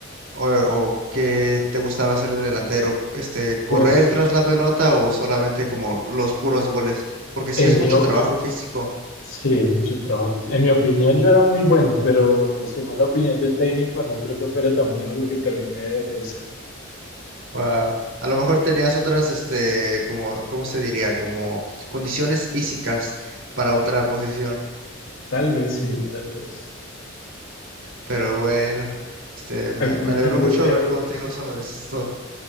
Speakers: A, on the right; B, on the left.
A: o, o qué te gustaba hacer de delantero? Este, ¿correr
B: Pues
A: tras la pelota o solamente como los puros goles? Porque sí
B: en
A: es mucho
B: mi, o-
A: trabajo físico.
B: sí, mucho trabajo. pues, En mi opinión yo era muy bueno, pero según la opinión del técnico no creo que fuera tan bueno porque terminé de defensa.
A: Wow. A lo mejor tenías otras, este, como, ¿cómo se diría? Como condiciones físicas para otra posición.
B: Tal vez sí, tal vez.
A: Pero bueno, este, me,
B: Algún,
A: me alegró
B: algún,
A: mucho hablar
B: eh,
A: contigo sobre esto.